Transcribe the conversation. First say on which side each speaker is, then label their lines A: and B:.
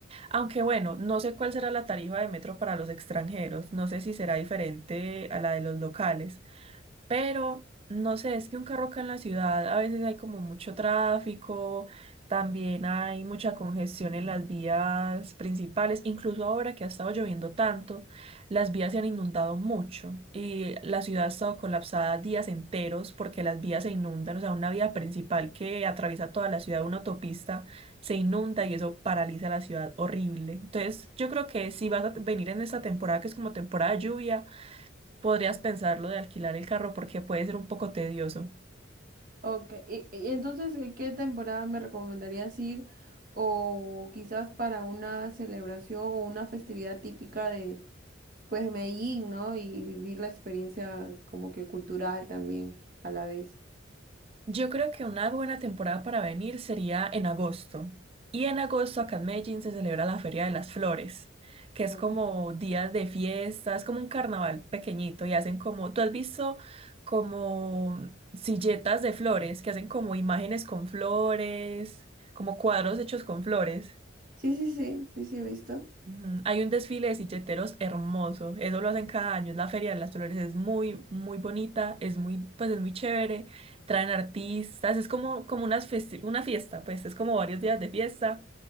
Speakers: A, on the right; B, on the right.
A: Aunque bueno, no sé cuál será la tarifa de metro para los extranjeros, no sé si será diferente a la de los locales. pero no sé, es que un carro acá en la ciudad a veces hay como mucho tráfico, también hay mucha congestión en las vías principales, incluso ahora que ha estado lloviendo tanto, las vías se han inundado mucho y la ciudad ha estado colapsada días enteros porque las vías se inundan, o sea, una vía principal que atraviesa toda la ciudad, una autopista, se inunda y eso paraliza la ciudad horrible. Entonces, yo creo que si vas a venir en esta temporada, que es como temporada de lluvia, podrías pensarlo de alquilar el carro porque puede ser un poco tedioso.
B: Ok, y, y entonces, ¿en qué temporada me recomendarías ir? O quizás para una celebración o una festividad típica de, pues, de Medellín, ¿no? Y vivir la experiencia como que cultural también a la vez.
A: Yo creo que una buena temporada para venir sería en agosto. Y en agosto acá en Medellín se celebra la Feria de las Flores, que es
B: Ok.
A: como días de fiesta, es como un carnaval pequeñito y hacen como, tú has visto como silletas de flores, que hacen como imágenes con flores, como cuadros hechos con flores.
B: Sí, sí, sí, sí, sí, he visto.
A: Ujú. Hay un desfile de silleteros hermoso, eso lo hacen cada año, es la Feria de las Flores, es muy, muy bonita, es muy, pues es muy chévere, traen artistas, es como, como unas festi- una fiesta, pues es como varios días de fiesta